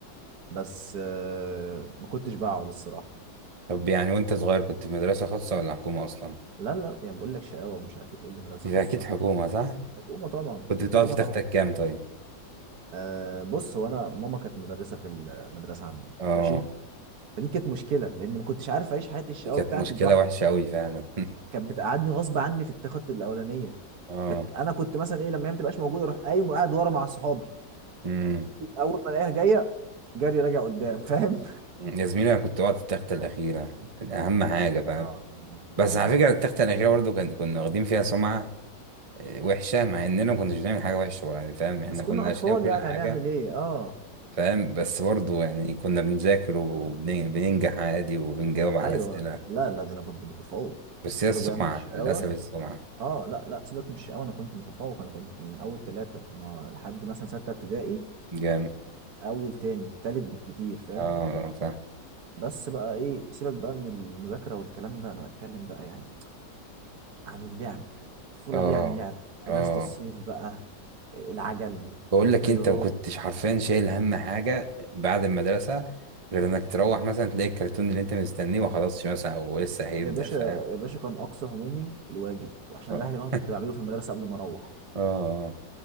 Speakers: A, on the right; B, on the right.
A: بس آه، ما كنتش بقعد الصراحة
B: طب يعني وأنت صغير كنت في مدرسة خاصة ولا حكومة أصلا؟
A: لا لا يعني بقول لك شقاوة ومش عارف إيه، تقول لي مدرسة
B: يبقى
A: خاصة
B: أكيد حكومة صح؟
A: حكومة طبعا
B: كنت بتقعد
A: حكومة
B: في تختك
A: طبعا
B: كام طيب؟
A: أه بص هو انا ماما كانت مدرسة في المدرسة عندنا
B: اه
A: ماشي فدي كانت مشكله لان ما كنتش عارف اعيش حياتي الشقاوه
B: دي كانت
A: بتاعتي
B: مشكلة
A: براحتي
B: وحشة أوي فعلا <laughs>
A: كانت بتقعدني غصب عني في التخت الاولانيه
B: اه
A: كانت انا كنت مثلا ايه لما هي ما تبقاش موجوده اروح قايم وقاعد ورا مع صحابي
B: امم
A: اول ما الاقيها جايه جري راجع قدام <laughs> فاهم
B: يا زميلي أنا كنت بقعد في التختة الأخيرة أهم حاجة فاهم
A: اه
B: بس
A: اه
B: على فكرة التختة الأخيرة برضو كان كنا واخدين فيها سمعة آه، وحشة مع إننا ما كناش بنعمل حاجة وحشة يعني فاهم إحنا
A: بس كنا
B: كنا
A: اطفال
B: أشقياء وكل
A: يعني
B: حاجة
A: هنعمل ايه اه
B: فاهم بس برضه يعني كنا بنذاكر وبننجح عادي وبنجاوب على
A: ايوه
B: أسئلة
A: لا لا ده انا كنت متفوق
B: بس
A: سيبك
B: هي السمعة
A: بقى من الشقاوه
B: للأسف السمعة
A: اه لا لا سيبك من الشقاوه انا كنت متفوق انا كنت من اول ثلاثه ما لحد مثلا سته ابتدائي
B: جامد
A: اول تاني تالت بالكتير فاهم
B: اه آه، فاهم
A: بس بقى ايه سيبك بقى من المذاكرة والكلام ده انا بتكلم بقى يعني عن اللعب الطفولة
B: اه
A: دي يعني لعب
B: اه
A: اجازة الصيف بقى العجل
B: بقول
A: الطيارات
B: لك انت ما كنتش حرفيا شايل هم حاجة بعد المدرسة غير انك تروح مثلا تلاقي الكرتون اللي انت مستنيه ما خلصش مثلا او لسه هيبدأ
A: يا باشا
B: فاهم
A: يا باشا كان اقصى همومي الواجب وعشان
B: اه
A: اريح دماغي كنت
B: آه،
A: بعمله في المدرسة قبل ما اروح
B: آه.